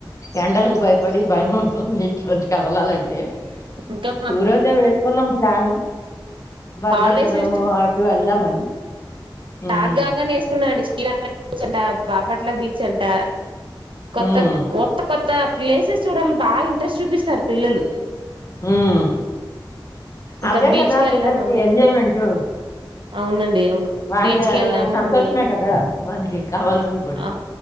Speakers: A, on the left (about 40°); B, on the right (about 75°).
A: ఎండలకి భయపడి భయం అవుతుంది ఇంట్లో నుంచి కదలాలంటె
B: ఇంకా
A: టూర్ అతే వేసుకున్నాం ప్లాను భద్రాచలం
B: హాలిడేస్
A: అటు వెళ్దామని
B: చాట్
A: ఉమ్,
B: కాగానే ఏసుకున్నా అదే అండి చీరాల బీచ్ అంట బాపట్ల బీచ్ అంట కొత్త
A: ఉమ్,
B: కొత్త కొత్త ప్లేసస్ చూడల్ బాగా ఇంట్రెస్ చూపిస్తారు పిల్లలు
A: ఉమ్.
B: ఇంకా
A: అవే
B: బీచ్కి
A: కదా
B: వెళదాం
A: పిల్లలకి
B: మమ్మీ
A: ఎంజాయ్మెంట్
B: అవునండి అవును
A: వాళ్ళ
B: బీచ్కి వెళ్దాం
A: సంతోషమే
B: మమ్మీ
A: కదా మనకి కావాల్సింది
B: ఆ
A: కూడా
B: ఆ